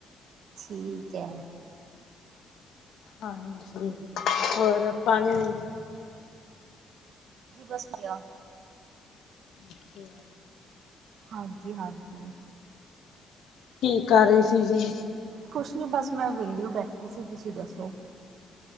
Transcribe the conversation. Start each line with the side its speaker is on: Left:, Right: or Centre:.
Right: ਠੀਕ ਐ।
Left: ਹਾਂਜੀ, ਹੋਰ ਪਾਨੀ।
Right: ਜੀ ਬਸ ਪਿਆ।
Left: ਅੱਛਾ
Right: ਹਾਂਜੀ- ਹਾਂਜੀ।
Left: ਕੀ ਕਰ ਰਹੇ ਸੀ ਜੀ?
Right: ਕੁਛ ਨੀ ਬਸ ਮੈਂ ਵਿਹਲੀ ਬੈਠੀ ਸੀ। ਤੁਸੀਂ ਦੱਸੋ?